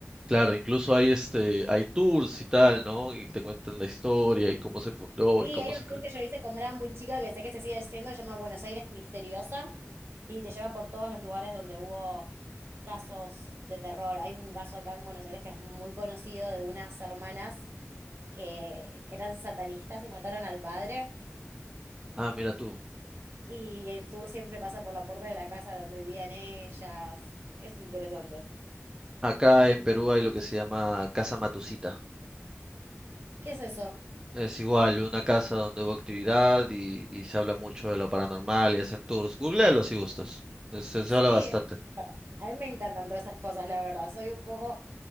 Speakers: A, on the right; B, on the right.
A: claro, incluso hay este, hay tours y tal, ¿no? Y te cuentan la historia y cómo se fundó
B: Sí,
A: y cómo
B: hay
A: se
B: un
A: creó.
B: tour que yo hice cuando era muy chica, que sé que se sigue haciendo, se llama Buenos Aires Misteriosa, y te lleva por todos los lugares donde hubo casos de terror. Hay un caso acá en Buenos Aires que es muy conocido de unas hermanas que eran satanistas y mataron al padre.
A: Ah, mira tú.
B: Y el tour siempre pasa por la puerta de la casa donde vivían ellas. Es interesante.
A: Acá en Perú hay lo que se llama Casa Matusita.
B: ¿Qué es eso?
A: Es igual, una casa donde hubo actividad y, y se habla mucho de lo paranormal y hacen tours. Googlealo si gustas. Es- Se, se
B: Sí,
A: habla bastante.
B: a mí me encantan todas esas cosas, la verdad. Soy un poco,